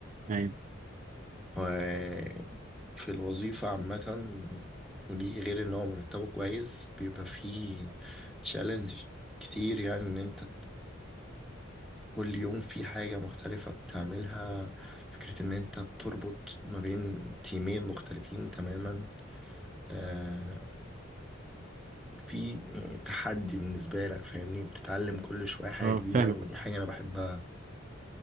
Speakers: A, on the right (about 35°); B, in the centre.
A: ايوه
B: وفي الوظيفة عامة ودي غير إن هو مرتبه كويس بيبقى فيه تشالنج كتير يعني إن أنت كل يوم في حاجة مختلفة بتعملها فكرة إن أنت بتربط ما بين تيمين مختلفين تماما آه في تحدي بالنسبة لك فاهمني بتتعلم كل شوية حاجة
A: اه
B: جديدة
A: فاهمك
B: ودي حاجة أنا بحبها